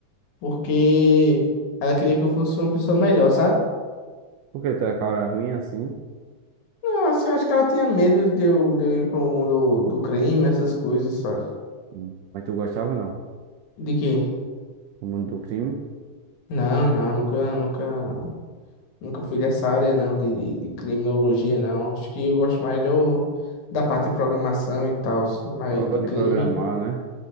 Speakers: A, on the left; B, on the right.
A: porque ela queria que eu fosse uma pessoa melhor, sabe?
B: Por que tu é cara ruim assim?
A: Não, assim, acho que ela tinha medo de eu, de eu ir pro mundo do crime, essas coisas, sabe?
B: Hum. Mas tu gostava não?
A: De quê?
B: O mundo do crime?
A: Não, não, nunca, nunca, nunca fui dessa área, não, de, de, de criminologia, não. Acho que eu gosto mais do, da parte de programação e tal, mas
B: Só
A: de
B: de
A: crime,
B: programar, né?